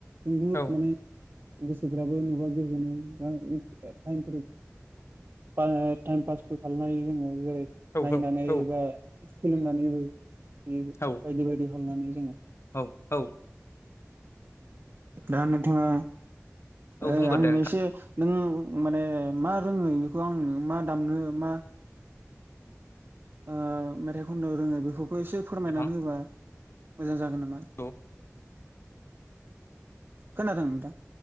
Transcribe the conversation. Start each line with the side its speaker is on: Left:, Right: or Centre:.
Right: जों बहुद
Left: औ
Right: माने गोसोफ्राबो नुबा गोजोनो <inaudible> टाइमफोर आङो टाइम पासबो खालामनो हायो जोङो। जेरै-
Left: औ
Right: नायनानै
Left: औ औ
Right: एबा सोलोंनानैबो बे
Left: औ
Right: बायदि बायदि <inaudible> जोङो
Left: औ औ
Right: दा नोंथाङा
Left: औ
Right: ओ
Left: बुंगोरदो
Right: आंनो
Left: नोंथां
Right: एसे नों माने मा रोङो बेखौ आं मा दामनो मा ओ मेथाइ खननो रोङो बेखौ खौ एसे फोरमायनानै
Left: नोंथां
Right: होबा मोजां जागोन नामा
Left: औ
Right: खोनादों नोंथां